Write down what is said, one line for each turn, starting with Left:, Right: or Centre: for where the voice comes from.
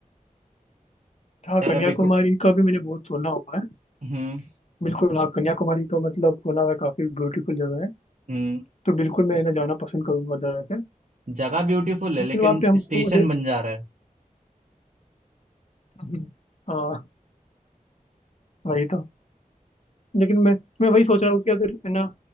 Left: हाँ
Right: अरेबिक
Left: कन्याकुमारी का भी मैंने बहुत सुना हुआ है
Right: हम्म
Left: बिल्कुल हाँ कन्याकुमारी तो मतलब सुना हुआ है काफी ब्यूटीफुल जगह है
Right: हम्म
Left: तो बिल्कुल मैं ना जाना पसंद करूंगा उधर वैसे
Right: जगह ब्यूटीफुल है
Left: लेकिन
Right: लेकिन
Left: वहाँ पे हमको
Right: स्टेशन
Left: मुझे
Right: बन जा रहा है
Left: हम्म, हाँ वही तो लेकिन मैं मैं वही सोच रहा हूँ कि अगर है ना